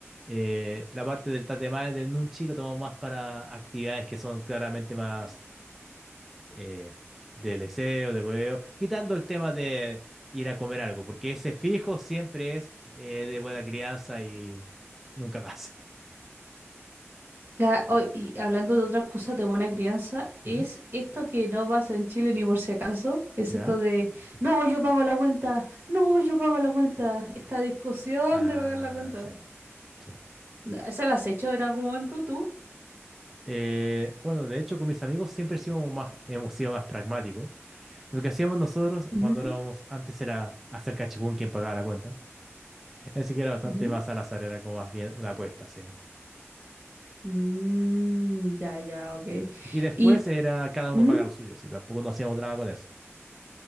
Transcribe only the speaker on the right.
La- oh, y hablando de otras cosas de buena crianza, es
esto que no pasa en Chile ni por si acaso, es
esto de, no, yo pago la cuenta, no, yo pago la cuenta, esta discusión
de pagar la cuenta.
¿Esa la has hecho en algún momento tú?
Ujú,
ujú.
Mm, ya, ya, ok.
Y
mm,